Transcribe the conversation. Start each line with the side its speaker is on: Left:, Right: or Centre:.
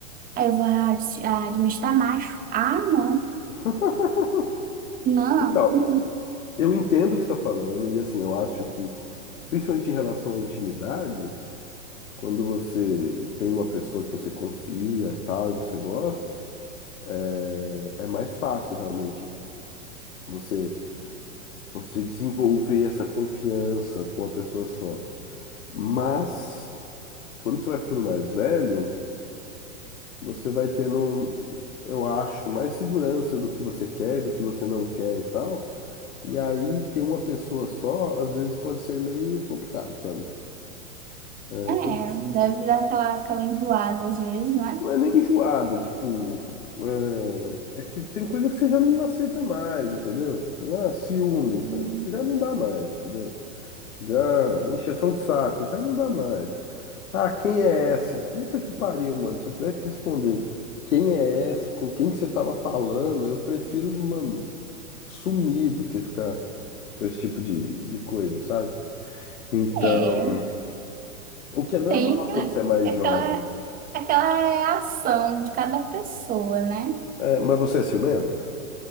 Right: Aí eu vou ah, dis- ah, administrar macho. Ah, não.
Left: <laughs>
Right: Não.
Left: Então,
Right: uh-uh.
Left: eu entendo o que você está falando, e assim, eu acho que, principalmente em relação à intimidade, quando você tem uma pessoa que você confia e tal, e você gosta, é, é mais fácil realmente você, você desenvolver essa confiança com a pessoa só. Mas. Quando você vai ficando mais velho, você vai tendo, um, eu acho, mais segurança do que você quer e do que você não quer e tal. E aí ter uma pessoa só, às vezes pode ser meio complicado, sabe? É,
Right: É,
Left: quando-
Right: deve dar aquela, aquela enjoada às vezes, não é?
Left: Não é nem enjoada, tipo, é, é que tem coisa que você já não aceita mais, entendeu? Tipo, ah, ciúmes,
Right: Hum.
Left: já não dá mais, entendeu? Já, encheção de saco, já não dá mais. Ah, quem é essa? Puta que pariu, mano. Se eu tiver que responder quem é essa, com quem que você tava falando, eu prefiro, mano, sumir do que ficar com esse tipo de, de coisa, sabe? Então,
Right: É,
Left: o que é normal
Right: tem aquela,
Left: quando você é mais
Right: aquela
Left: jovem.
Right: aquela reação de cada pessoa, né?
Left: É, mas você é ciumenta?